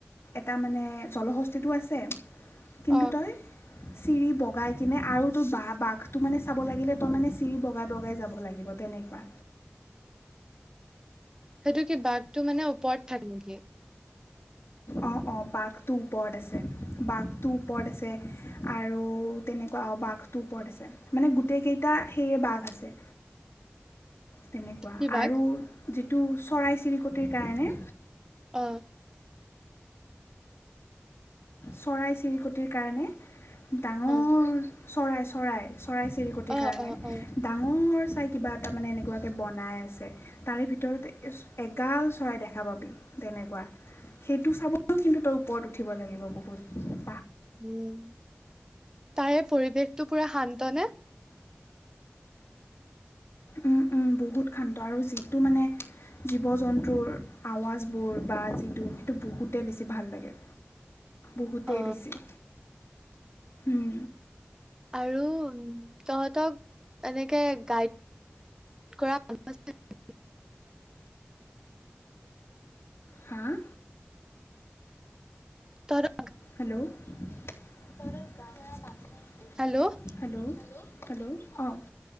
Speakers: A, on the left; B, on the right.
A: এটা মানে জলহস্তিটো আছে কিন্তু
B: অ
A: তই চিৰি বগাই কিনে আৰু বা বাঘ তটো মানে চাব লাগিলে তই মানে চিৰি বগাই বগাই যাব লব লাগিব তেনেকোৱা
B: সেইটো কি বাঘটো মানে ওপৰত থাকে নেকি?
A: অঁ অঁ বাঘটো ওপৰত আছে বাঘটো ওপৰত আছে আৰু তেনেকুৱা বাঘটো ওপৰত আছে মানে গোটেই কেইটা সেই বাঘ আছে তেনেকুৱা
B: কি
A: আৰু
B: বাঘ?
A: যিটো চৰাই চিৰিকটিৰ কাৰণে
B: অ
A: চৰাই চিৰিকটিৰ কাৰণে ডাঙৰ
B: অ
A: চৰাই চৰাই চৰাই চিৰিকটিৰ
B: অ
A: কাৰণে
B: অ অ
A: ডাঙৰ চাই কিবা এটা মানে এনেকুৱাকৈ বনাই আছে চাগে কিবা এটা মানেএনেকোৱা বনাই আছে তাৰে ভিতৰত এগাল চৰাই দেখা পাবি তেনেকুৱা সেইটো চাবলৈও কিন্তু তই ওপৰত উঠিব লাগিব বহুত খুচ
B: উম তাৰে পৰিৱেশটো পোৰা শান্ত নে?
A: ওম ওম বহুত শান্ত আৰু যিটো মানে জীৱ জন্তুৰ আৱাজবোৰ বা যিটো সেইটো বহুতেই বেছি ভাল লাগে বহুতেই
B: অ
A: বেছি উম
B: আৰু উ তহঁতক এনেকে গাইড কৰা কোনোবা যদি থাকিলে হয়
A: হাঁআঁ
B: তঁহতক
A: হেল্ল'ও তঁহতৰ গা ধোৱা পানী
B: হেল্ল'
A: হেল্ল' হেল্ল' অঁ